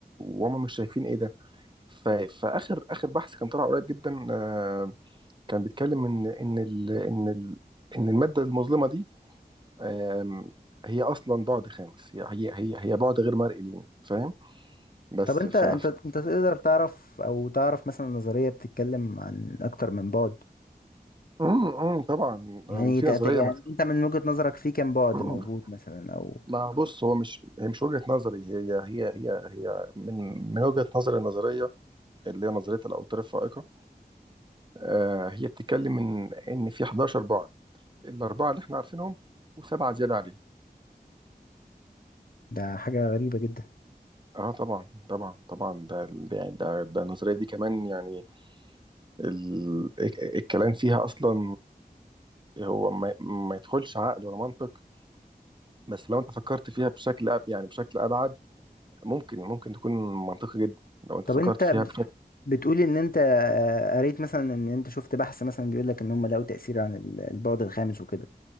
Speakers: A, on the right; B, on the left.
A: وهم مش شايفين إيه ده ف- فآخر آخر بحث كان طلع قريب جدا آه، كان بيتكلم إن إن ال- إن ال- إن المادة المظلمة دي آم، هي اصلا بعد خامس هي هي هي, هي بعد غير مرئي لينا فاهم بس
B: طب انت
A: ف
B: انت
A: ف-
B: انت تقدر تعرف او تعرف مثلا نظرية بتتكلم عن اكتر من بعد
A: مم، مم، طبعا
B: يعني
A: آم، في
B: تق-
A: نظريه
B: تق- يعني
A: مك...
B: انت من وجهة نظرك في كام بعد
A: <clears throat>
B: موجود مثلا او
A: ما بص هو مش هي مش وجهه نظري هي هي هي هي من من وجهه نظري النظريه اللي هي نظريه الاوتار الفائقه آه، هي بتتكلم ان ان في 11 بعد الاربعه اللي احنا عارفينهم وسبعه زياده عليهم
B: ده حاجة غريبة جدا
A: اه طبعا طبعا طبعا ده ده ده, ده النظريه دي كمان يعني ال... الكلام فيها اصلا هو ما, ما يدخلش عقل ولا منطق بس لو انت فكرت فيها بشكل أب يعني بشكل ابعد ممكن ممكن تكون منطقي جدا لو انت
B: طب
A: فكرت
B: انت
A: فيها
B: ب-
A: بشكل
B: بتقول ان انت آه، قريت مثلا ان انت شفت بحث مثلا بيقول لك ان هم لقوا تأثير عن ال- البعد الخامس وكده